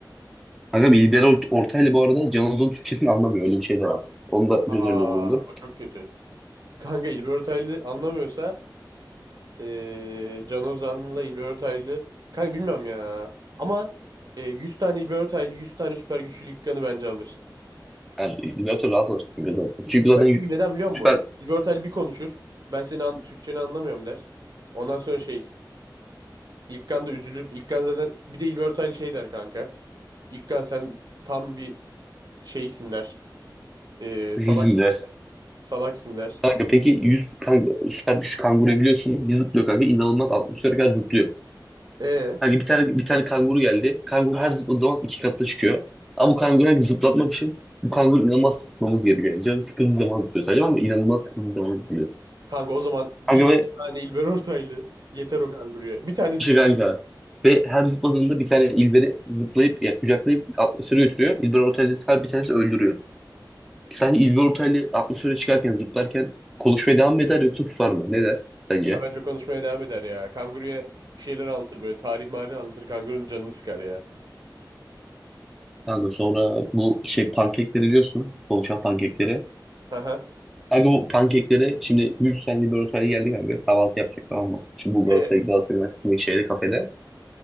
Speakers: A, in the centre; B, on the right.
A: Kankam İlber Ort- Ortaylı bu arada Can Ozan'ın Türkçesini anlamıyor. Öyle bir şey de var. Onu da
B: Aa
A: göz önünde bulundur.
B: o çok kötü. Kanka İlber Ortaylı anlamıyorsa eee Can Ozan'la İlber Ortaylı kanka bilmiyorum ya. Ama eee, 100 tane İlber Ortaylı 100 tane süper güçlü ilk kanı bence alır.
A: Yani İlber Ortaylı rahatsız olur kanka zaten. Çünkü
B: Kanka
A: zaten y-
B: çünkü neden biliyor musun?
A: süper
B: İlber Ortaylı bir konuşur. Ben seni an Türkçeni anlamıyorum der. Ondan sonra şey İlkan da üzülür. İlkan zaten bir de İlber Ortaylı şey der kanka. İlkan sen tam bir şeysin der. Eee salak
A: izinler.
B: salaksın der.
A: Kanka peki 100 kanka, süper güç kanguru biliyorsun. Bir zıplıyor kanka. İnanılmaz 60 kadar zıplıyor.
B: Ee,
A: Kanka bir tane bir tane kanguru geldi. Kanguru her zıpladığı zaman iki katına çıkıyor. Ama bu kanguru her zıplatmak için bu kanguru inanılmaz sıkmamız gerekiyor. Yani canı sıkıldığı zaman zıplıyor sadece ama inanılmaz sıkıldığı zaman zıplıyor.
B: kanka o zaman bir
A: Kanka
B: 100
A: ve
B: tane İlber Ortaylı yeter o kanguruya. Bir tanesi
A: işte
B: de yeter.
A: kanka. Ve her zıpladığında bir tane ilberi zıplayıp ya, kucaklayıp atmosfere götürüyor. İlber Ortaylı her bir tanesi öldürüyor. Sence İlber Ortaylı atmosfere çıkarken zıplarken konuşmaya devam mı eder yoksa susar mı? Ne der sence?
B: Ya bence konuşmaya devam eder ya. Kanguruya bir şeyler anlatır böyle. Tarih marih anlatır. Kangurunun canını sıkar ya.
A: Kanka sonra bu şey pankekleri biliyorsun. Konuşan pankekleri.
B: Aha.
A: Kanka bu pankekleri şimdi 100 senelik bir ortaya geldi kanka. Kahvaltı yapacak tamam mı? Şu bu Galatasaray
B: Evet.
A: Galatasaray Üniversitesi'ndeki şeyde kafede.